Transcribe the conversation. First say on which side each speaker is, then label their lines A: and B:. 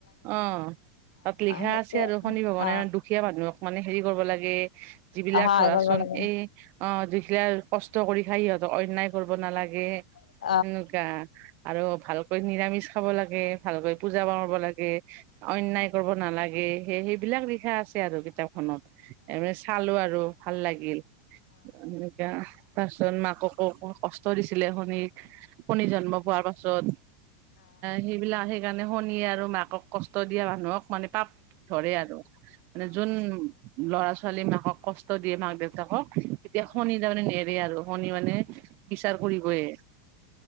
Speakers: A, on the right; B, on the left.
A: অ', তাত লিখা
B: সেইটোৱে
A: আছে আৰু শনি ভৱানে
B: অ
A: দুখীয়া মানুহক মানে হেৰি কৰব লাগে যিবিলাক
B: সহায়
A: ধৰাচোন
B: কৰিব লাগে
A: এই অ', দুখিলা কষ্ট কৰি খাই সিহঁতক অন্যায় কৰব নালাগে।
B: অ',
A: সেনেকুৱা, আৰু ভালকৈ নিৰামিচ খাব লাগে, ভালকৈ পূজা পাৰ্বন লাগ অন্যায় কৰিব নালাগে, সেই-সেইবিলাক লিখা আছে আৰু কিতাপখনত। এ চালো আৰু ভাল লাগিল। এনে তাৰপিছত মাককো কষ্ট দিছিলে শনি, শনি জন্ম পোৱাৰ পাছত সে এইবিলাক সেইকাৰণে শনিয়ে আৰু মাকক কষ্ট দিয়া মানুহক মানে পাপ ধৰে আৰু। মানে যোন ল'ৰা-ছোৱালী মাকক কষ্ট দিয়ে, মাক দেউতাকক তেতিয়া শনি তাৰমানে নেৰে আৰু শনি মানে বিচাৰ কৰি বই